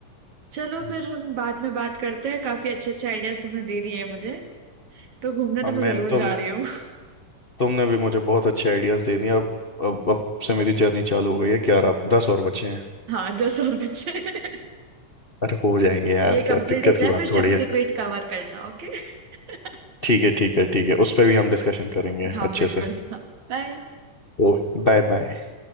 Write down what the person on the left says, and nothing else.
हम्म।
अब
मैं
तुमने
तुमने भी मुझे बहुत अच्छे आइडियाज दे दिए अब अब अब से मेरी जर्नी चालू हो गई है ग्यारह दस और बचे हैं
अरे हो जाएंगे यार
क्या दिक्कत
की
बात
थोड़ी है
ठीक है ठीक है ठीक है उस पर भी हम डिस्कशन करेंगे
अच्छे
से
ओ बाय बाय